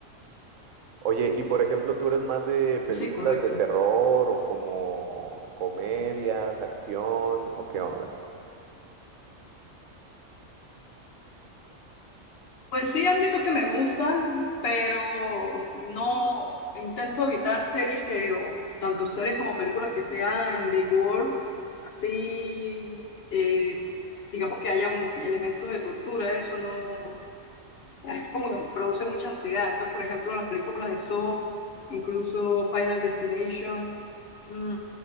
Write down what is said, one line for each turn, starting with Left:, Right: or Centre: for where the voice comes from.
Right: Oye, y por ejemplo, ¿tú eres más de películas
Left: Sí, correcto.
Right: de terror o como comedias, acción o qué onda?
Left: Pues sí, ámbitos que me gustan, pero no intento evitar series que, o tanto series como películas que sean de gore, así, eh, digamos que haya un- elementos de tortura, eso no, es como que produce mucha ansiedad. Entonces, por ejemplo, las películas de Saw, incluso Final Destination, mm, mm,